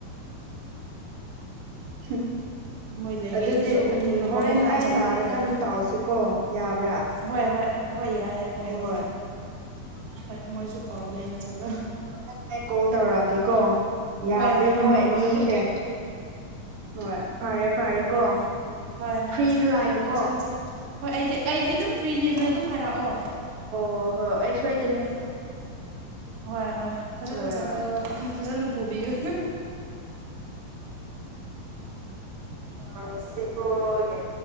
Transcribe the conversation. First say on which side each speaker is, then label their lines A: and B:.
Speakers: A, on the right; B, on the right.
A: ꯍ
B: ꯃꯣꯏ ꯂꯩꯕꯒꯤ
A: ꯑꯗꯨꯗꯤ
B: ꯑꯩꯈꯣꯏꯁꯨ
A: ꯎꯝ ꯍꯣꯔꯦꯟ
B: ꯋꯥꯈꯜ
A: ꯑꯩ
B: ꯆꯥꯎꯕꯗ
A: ꯂꯥꯛꯑꯀꯥꯟꯗ
B: ꯂꯩꯌꯦꯕ
A: ꯇꯥꯎꯁꯤꯀꯣ ꯌꯥꯕ꯭ꯔꯥ
B: ꯍꯣꯏ ꯍꯣꯏ ꯍꯣꯏ ꯌꯥꯏ ꯌꯥꯏ ꯀꯥꯏꯗꯦ
A: ꯍꯣꯏ <inaudible>
B: ꯍꯣꯏ ꯃꯣꯏꯁꯨ ꯈꯔꯕꯨ ꯅ ꯆꯜꯂ
A: ꯍꯣꯔꯦꯟ ꯑꯩ ꯀꯣꯜ ꯇꯧꯔꯛꯀꯦꯀꯣ ꯌꯥꯗ꯭ꯔꯤ
B: ꯍꯣꯏ ꯍꯣꯏ ꯅꯪ
A: ꯃꯣꯏ
B: ꯂꯥꯛꯄꯗ
A: ꯑꯅꯤꯁꯦ
B: ꯑꯗꯨꯝ
A: ꯍꯣꯏ ꯐꯔꯦ ꯐꯔꯦ
B: ꯍꯣꯏ
A: ꯀꯣ
B: ꯍꯣꯏ ꯍꯣꯏ
A: ꯐ꯭ꯔꯤꯗ
B: ꯍꯣꯏ
A: ꯂꯥꯛꯑꯦꯀꯣ
B: ꯐꯖꯅ ꯆꯠ ꯍꯣꯏ ꯑꯩꯗꯤ ꯑꯩꯗꯤ ꯑꯗꯨꯝ ꯐ꯭ꯔꯤꯅꯦꯅ ꯑꯗꯨꯝ ꯍꯥꯏꯔꯛꯑꯣ
A: ꯑꯣ ꯍꯣ ꯑꯩ ꯁꯣꯏ
B: ꯍꯣꯏ ꯍꯣꯏ ꯍꯣꯏ ꯐꯖꯅ
A: ꯍꯣꯏ
B: ꯆꯠꯂ
A: ꯍꯣꯏ
B: ꯐꯖꯅ ꯄꯨꯕꯤꯌꯨ
A: ꯦ ꯌꯥ